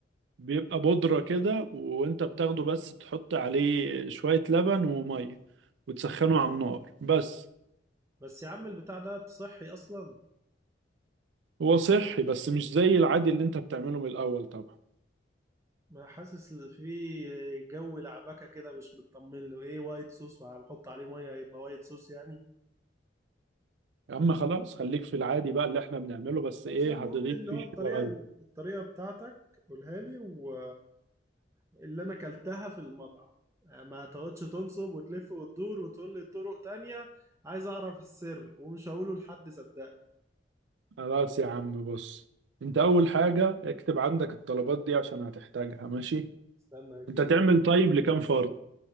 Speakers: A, on the right (about 80°); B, on the right (about 15°).
A: بيبقى بودرة كده وانت بتاخده بس تحط عليه شوية لبن ومية وتسخنه على النار بس
B: بس يا عم البتاع ده صحي اصلا
A: هو صحي بس مش زي العادي اللي انت بتعمله من الأول طبعا
B: ما حاسس إن في جو لعبكه كده مش مطمن له ايه وايت صوص وهحط عليه ميه يبقى وايت صوص يعني
A: يا عم خلاص خليك في العادي بقى اللي احنا بنعمله بس ايه
B: بس يا عم
A: هتغيب
B: قول لي اللي
A: فيه
B: هو الطريقة
A: شوية
B: الطريقة بتاعتك قولها لي و اللي انا اكلتها في المطعم آه، ما تقعدش تنصب وتلف وتدور وتقول لي طرق تانية عايز اعرف السر ومش هقوله لحد صدقني
A: خلاص يا عم بص انت أول حاجة اكتب عندك الطلبات دي عشان هتحتاجها ماشي
B: استنى اجيب
A: انت تعمل
B: ورق.
A: طيب لكام فرد